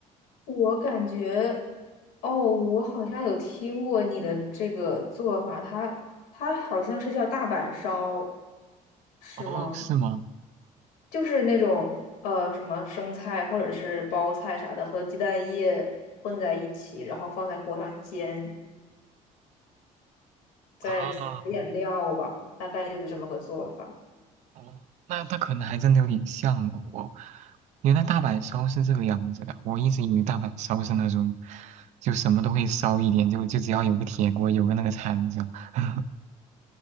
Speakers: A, on the left; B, on the right.
A: 我感觉，哦，我好像有听过你的这个做法，它它好像是叫大阪烧，是吗？
B: 哦，是吗？
A: 就是那种呃什么生菜或者是包菜啥的，和鸡蛋液混在一起，然后放在锅上煎，再撒一点料吧，
B: 啊，
A: 大概就是这么个做法。
B: 哦，那那可能还真的有点像哦我。原来大阪烧是这个样子的，我一直以为大阪烧是那种，就什么都会烧一点，就就只要有个铁锅，有个那个铲子。<laughs>